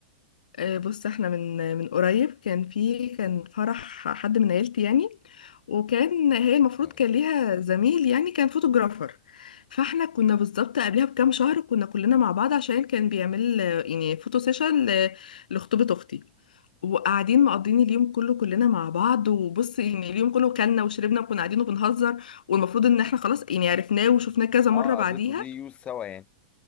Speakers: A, on the left; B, on the left.
A: آه، بص احنا من من قريب كان في كان فرح حد من عيلتي يعني وكان هي المفروض
B: تمام
A: كان ليها زميل يعني كان فوتوغرافر فاحنا كنا بالظبط قبلها بكام شهر كنا كلنا مع بعض عشان كان بيعمل آه، يعني فوتو سيشن ل- لخطوبة اختي وقاعدين مقضين اليوم كله كلنا مع بعض وبص يعني اليوم كله كلنا وشربنا وكنا قاعدين وبنهزر والمفروض ان احنا خلاص يعني عرفناه وشفناه كذا
B: اه
A: مرة بعديها
B: قضيته دي يوز سوا يعني